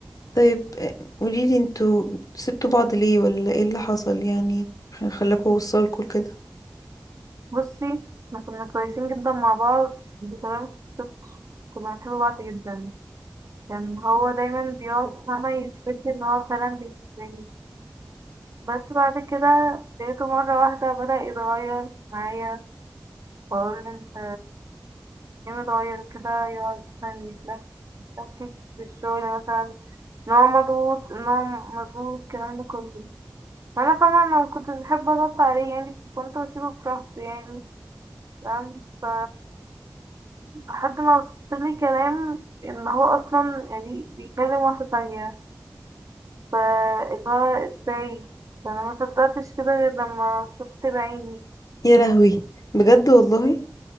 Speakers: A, on the left (about 50°); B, on the right (about 45°).
A: طيب آه، قوليلي انتوا سبتوا بعض ليه ولا ايه اللي حصل يعني خ- خلاكوا وصلكوا لكده
B: بصي احنا كنا كويسين جدا مع بعض بطريقة متوصفش كنا بنحب بعض جدا كان هو دايما بيقعد فاهمة يثبت لي إن هو فعلا بيحبني بس بعد كده لقيته مرة واحدة بدأ يتغير معايا بقول له انت ليه متغير كده يقعد مثلا يتلك- يتلكك في الشغل مثلا ان هو مضغوط ان هو مشغول الكلام ده كله فانا طبعا انا مكنتش بحب اضغط عليه يعني كنت بسيبه براحته يعني تمام ف لحد ما وصل لي كلام ان هو اصلا يعني بيكلم واحدة تانية ف اللي هو ازاي فانا ما صدقتش كده غير لما شفت بعيني
A: يا لهوي بجد والله